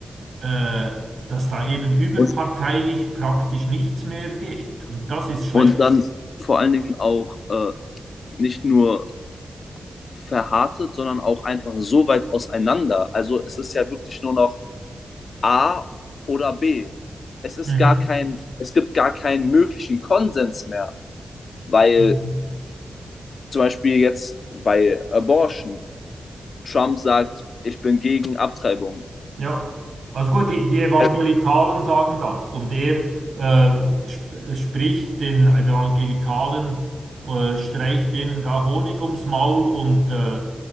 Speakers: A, on the right; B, on the left.
A: äh, dass da eben überparteilich
B: und,
A: praktisch nichts mehr geht. Und das ist schlecht.
B: und dann vor allen Dingen auch äh, nicht nur verhärtet, sondern auch einfach so weit auseinander. Also es ist ja wirklich nur noch A oder B. Es ist
A: Mhm.
B: gar kein, es gibt gar keinen möglichen Konsens mehr, weil
A: Mhm.
B: zum Beispiel jetzt bei Abortion Trump sagt, ich bin gegen Abtreibung.
A: Ja, also gut, die, die Evangelikalen
B: Also,
A: sagen das und er äh, sp äh, spricht den Evangelikalen, äh, streicht denen da Honig ums Maul und äh,